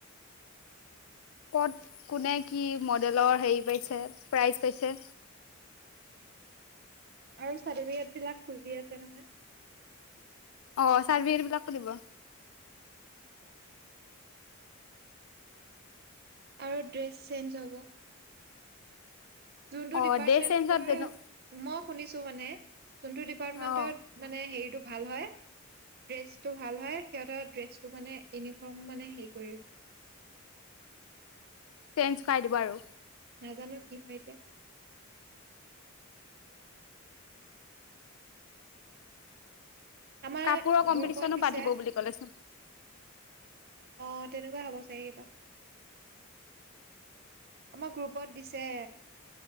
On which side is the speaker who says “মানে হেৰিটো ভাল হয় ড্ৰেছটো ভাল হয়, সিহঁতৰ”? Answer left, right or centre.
Right